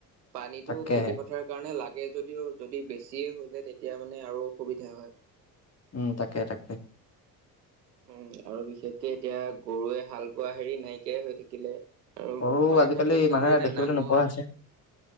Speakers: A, on the right; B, on the left.
A: পানীতো
B: তাকেহে
A: খেতি-পথাৰ কাৰণে লাগে যদিও যদি বেছিয়ে হৈ যায়, তেতিয়া মানে আৰু অসুবিধা হয়।
B: উম তাকে তাকে!
A: উম, আৰু বিশেষকে এতিয়া গৰুৱে হাল বোৱা হেৰি নাইকিয়াই হৈ থাকিলে। আৰু
B: সৰু
A: প্ৰায়ভাগ
B: আজিকালি
A: ল'-ছোৱালীয়ে
B: মানুহে
A: এতিয়া
B: দেখিবলৈ
A: নাঙল,
B: নোপোৱা হৈছে।